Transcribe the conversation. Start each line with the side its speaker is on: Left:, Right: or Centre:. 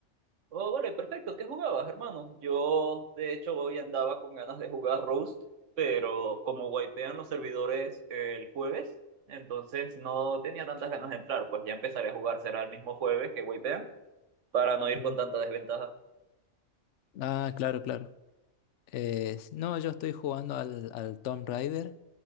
Right: Oh, vale, perfecto, ¿qué jugabas, hermano? Yo, de hecho, hoy andaba con ganas de jugar Roast, pero como wipean los servidores el jueves, entonces no tenía tantas ganas de entrar, pues ya empezaré a jugar, será el mismo jueves que wipean, para no ir
Left: Ujú.
Right: con tanta desventaja.
Left: Ah, claro, claro. Eh, no, yo estoy jugando al, al Tomb Raider,